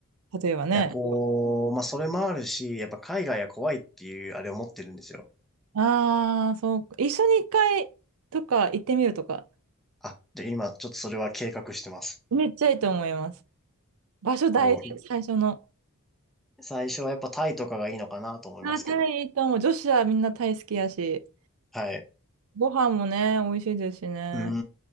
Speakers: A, on the right; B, in the centre.
A: 例えばね。
B: いや、こう、まあそれもあるし、やっぱ海外は怖いっていうあれを持ってるんですよ。
A: ああ、そうか。一緒に一回とか行ってみるとか、
B: あ、で、今ちょっとそれは計画してます。
A: めっちゃいいと思います。場所大事、
B: も
A: 最初の。
B: う最初はやっぱタイとかがいいのかなと思いますけど。
A: あータイいいと思う。女子はみんなタイ好きやし、
B: はい。
A: ご飯もね、美味しいですしね。
B: うー